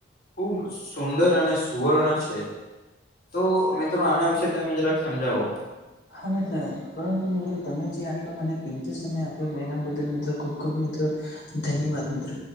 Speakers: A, on the left; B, on the left.
A: ખુબ સુંદર અને સુવર્ણ છે તો મિત્રો આના વિશે તમે જરાક સમજાવો.
B: હા મિત્ર પરંતુ મિત્રો તમે જે આટલો મને કિંમતી સમય આપ્યો એના બદલ મિત્રો ખૂબ ખૂબ મિત્રો ધન્યવાદ મિત્રો.